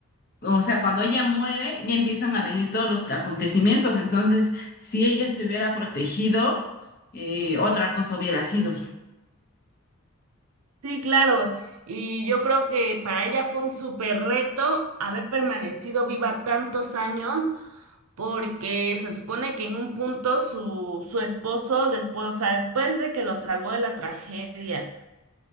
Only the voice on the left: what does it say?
o sea, cuando ella muere, ya empiezan a venir todos los acontecimientos. Entonces, si ella se hubiera protegido, eh, otra cosa hubiera sido.